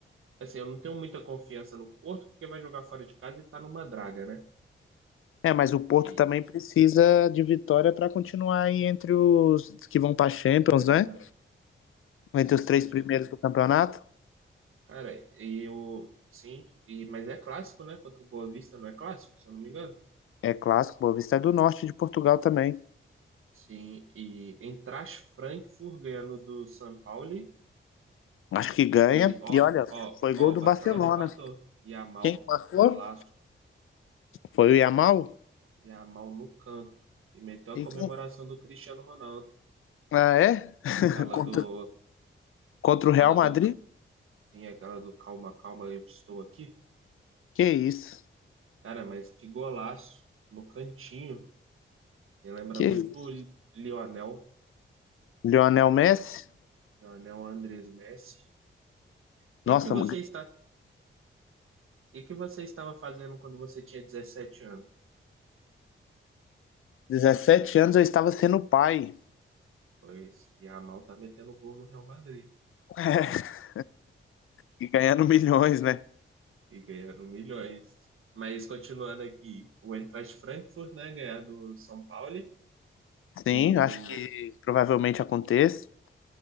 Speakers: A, on the right; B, on the left.
A: Assim, eu não tenho muita confiança no Porto, porque vai jogar fora de casa e tá numa draga, né?
B: É, mas o Porto
A: E
B: também precisa de vitória para continuar aí entre os que vão para Champions,
A: três,
B: né?
A: né? Assim,
B: Entre os
A: pra...
B: três primeiros do campeonato.
A: Cara, e eu. Sim, e... mas é clássico, né? Contra o Boa Vista não é clássico, se eu não me engano.
B: É clássico, Boa Vista é do norte de Portugal também.
A: Sim, e Eintracht Frankfurt ganhando do São Paulo.
B: Acho que ganha.
A: E ó,
B: E olha,
A: ó,
B: foi
A: ó,
B: gol do
A: Barcelona
B: Barcelona.
A: empatou. Yamal,
B: Quem marcou?
A: golaço.
B: Foi o Yamal?
A: e a mão no canto. E meteu
B: E
A: a comemoração
B: quem?
A: do Cristiano Ronaldo.
B: Ah, é? <laughs>
A: Aquela
B: Contra,
A: do.
B: contra o Real
A: Aquela do.
B: Madrid?
A: Sim, aquela do calma, calma, eu estou aqui.
B: Que isso?
A: Cara, mas que golaço no cantinho. Me lembra
B: Que
A: muito
B: isso?
A: o Lionel.
B: Lionel Messi?
A: Lionel Andrés Messi. O que
B: Nossa,
A: que você está. O que que você estava fazendo quando você tinha dezessete anos?
B: 17 anos eu estava sendo pai
A: Pois e a mal tá metendo gol no Real Madrid
B: <laughs> e ganhando milhões, né?
A: e ganhando milhões. Mas continuando aqui, o Eintracht Frankfurt, né, ganhar do São Paulo,
B: Sim,
A: o
B: acho que provavelmente aconteça.